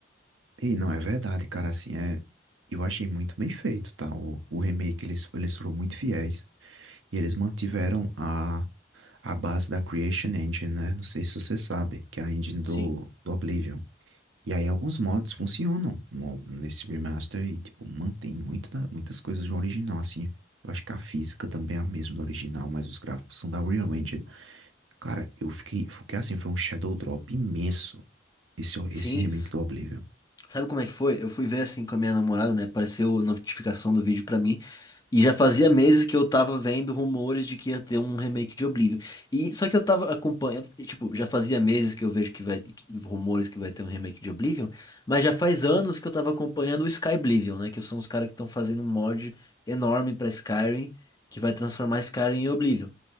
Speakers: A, on the right; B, on the left.
A: E não, é verdade, cara, assim, é... Eu achei muito bem feito, tá? O, o remake, eles, eles foram muito fiéis e eles mantiveram a, a base da Creation Engine, né? Não sei se você sabe, que é a engine do,
B: Sim.
A: do Oblivion. E aí alguns mods funcionam no- nesse remaster e, tipo, mantém muito da- muitas coisas do original, assim. Eu acho que a física também é a mesma do original, mas os gráficos são da Unreal Engine. Cara, eu fiquei, fiquei assim, foi um shadow drop imenso esse,
B: Sim,
A: esse remake do Oblivion.
B: Sabe como é que foi? Eu fui ver assim com a minha namorada, né? Apareceu a notificação do vídeo pra mim. E já fazia meses que eu tava vendo rumores de que ia ter um remake de Oblivion. E só que eu tava acompanhando, e, tipo, já fazia meses que eu vejo que vai que- rumores que vai ter um remake de Oblivion, mas já faz anos que eu tava acompanhando o Skyblivion, né, que são os caras que estão fazendo um mod enorme pra Skyrim, que vai transformar Skyrim em Oblivion.